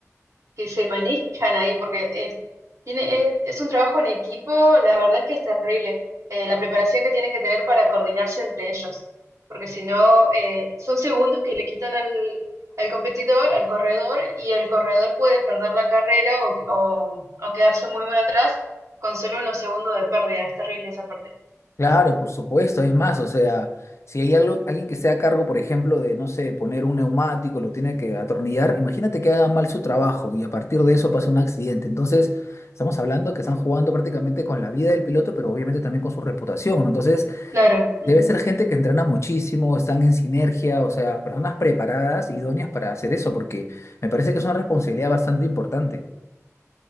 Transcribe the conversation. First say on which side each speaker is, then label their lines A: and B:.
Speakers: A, on the right; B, on the left.
A: que se manejan ahí, porque eh, tiene, es, es un trabajo en equipo, la verdad es que es terrible, eh, la preparación que tienen que tener para coordinarse entre ellos, porque si no, eh, son segundos que le quitan al, al competidor, al corredor, y el corredor puede perder la carrera o, o, o quedarse muy muy atrás con solo unos segundos de pérdida, es terrible esa parte.
B: Claro, por supuesto, es más, o sea, si hay algo, alguien que esté a cargo, por ejemplo, de, no sé, poner un neumático, lo tiene que atornillar, imagínate que haga mal su trabajo y a partir de eso pasa un accidente. Entonces, estamos hablando que están jugando prácticamente con la vida del piloto, pero obviamente también con su reputación, ¿no? Entonces,
A: Claro. ujú.
B: debe ser gente que entrena muchísimo, están en sinergia, o sea, personas preparadas, idóneas para hacer eso, porque me parece que es una responsabilidad bastante importante.